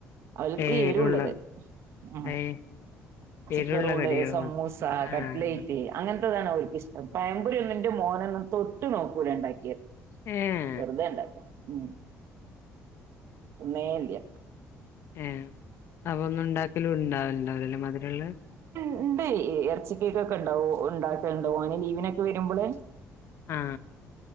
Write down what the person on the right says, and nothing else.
അവൽക്കിരുള്ളത്
മ്
ചിക്കൻ
റോള്
സമൂസ
കട്ലേറ്റ്
അങ്ങനത്തെ താണ് അവർക്ക്ഷ്ടം പയംമ്പുരി ഒന്നിന്റെ മോനൊന്നും തൊട്ടു നോക്കൂല ഉണ്ടാക്കിയത്.
വെറുതെ ഇണ്ടാക്ക മ് ഒന്നേല്ലയ
ഉണ്ട് ഇറച്ചിക്കേക്കൊക്കെ ഉണ്ടാവും ഉണ്ടാക്ക ഉണ്ടാവും അനെ ലീവിനൊക്കെ വരുമ്പോള